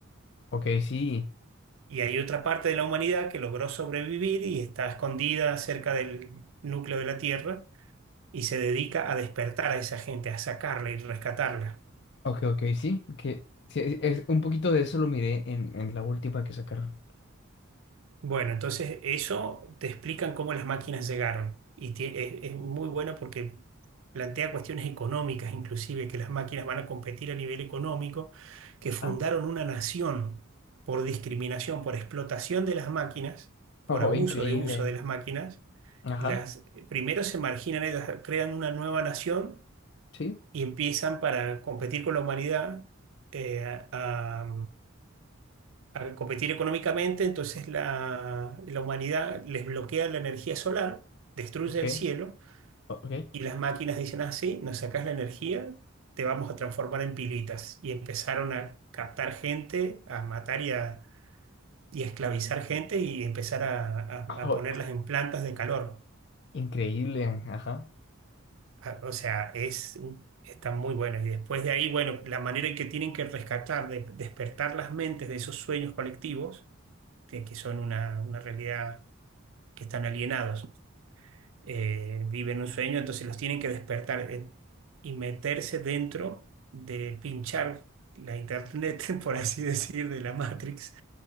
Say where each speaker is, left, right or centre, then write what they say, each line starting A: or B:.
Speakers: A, on the left; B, on the right.
A: ok, sí.
B: Y hay otra parte de la humanidad que logró sobrevivir y está escondida cerca del núcleo de la Tierra y se dedica a despertar a esa gente, a sacarla y rescatarla.
A: Ok, ok, sí, que sí, es, un poquito de eso lo miré en, en la última que sacaron.
B: Bueno, entonces eso te explican cómo las máquinas llegaron y tie- es, es muy bueno porque plantea cuestiones económicas, inclusive que las máquinas van a competir a nivel económico, que fundaron
A: Ah,
B: una nación por discriminación, por explotación de las máquinas,
A: oh,
B: por abuso
A: increíble.
B: de uso de las máquinas.
A: Ajá,
B: Las, primero se marginan, ellas crean una nueva nación
A: sí,
B: y empiezan para competir con la humanidad eh, a, al competir económicamente, entonces la, la humanidad les bloquea la energía solar, destruye
A: ok,
B: el cielo
A: o- ok.
B: y las máquinas dicen así, nos sacás la energía, te vamos a transformar en pilitas. Y empezaron a captar gente, a matar y a, y a esclavizar gente y empezar a, a-
A: Oh,
B: a ponerlas en plantas de calor.
A: increíble, ajá,
B: A- O sea, es, un- están muy buenas. Y después de ahí, bueno, la manera en que tienen que rescatar, de- despertar las mentes de esos sueños colectivos, de que son una una realidad que están alienados, eh, viven un sueño, entonces los tienen que despertar eh, y meterse dentro de pinchar la internet, <laughs> por así decir, de la Matrix